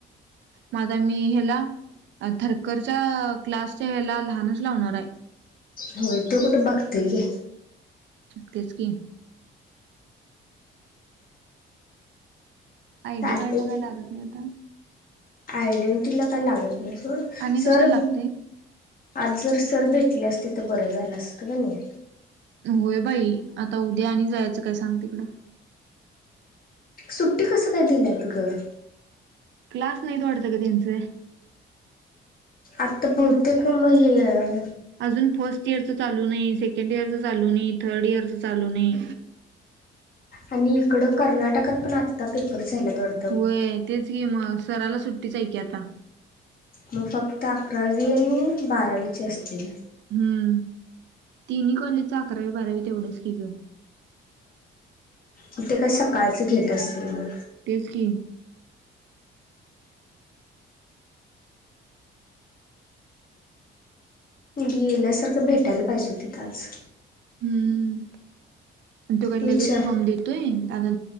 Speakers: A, on the right; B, on the left.
A: मग आता मी ह्याला थरकरच्या क्लासच्या ह्याला लहानच लावणार हाय.
B: होय तो कुठं बघतोय?
A: तेच कि
B: चालतय
A: आय डी कार्ड ला
B: की
A: काय लागत नाही आता
B: आयडेंटिटीला काय लागत नाही सोड
A: आणि
B: सर
A: कशाला लागते
B: आज जर सर भेटले असते तर बरं झालं असतं का नाही.
A: होय बाई आता उद्या आणि जायचं काय सांग तिकडं
B: सुट्टी कसं काय दिल्यात गं
A: क्लास नाहीत वाटतं गं त्यांचे
B: आता बहुतेक म हे हाये
A: अजून फर्स्ट इयरचं चालू नाही, सेकंड इयरचं चालू नाही, थर्ड इयरचं चालू नाही.
B: आणि इकडं कर्नाटकात पण आत्ता पेपर झाल्यात अगं
A: होय तेच की मग सराला सुट्टीच आहे की आता
B: मग फक्त अकरावी आणि बारावीचे असतील.
A: हम्म तिन्ही कॉलेजचं अकरावी बारावी तेवढंच की गं
B: अ ते काय सकाळचं घेत असतील मग
A: तेच की
B: गेल्यासारखं भेटायला पाहिजे होती तिथं आज
A: हम्म त्यो काय लगेच
B: विचार
A: फॉर्म देत होय आता